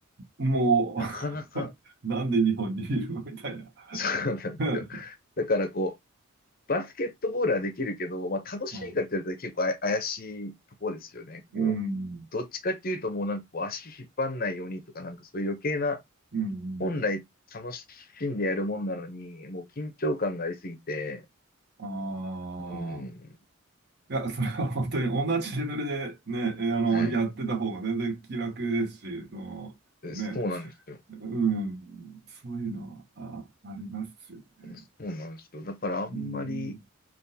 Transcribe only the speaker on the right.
も
う <laughs> なんで日本にいるのみたいな。
う
ん
うん。
うん。
ああ。
いや、それは本当に同じレベルでね、えあの、
やってた方が全然気楽ですし、その、
ね、うん。そういうのは、あ、ありますよね。
うん。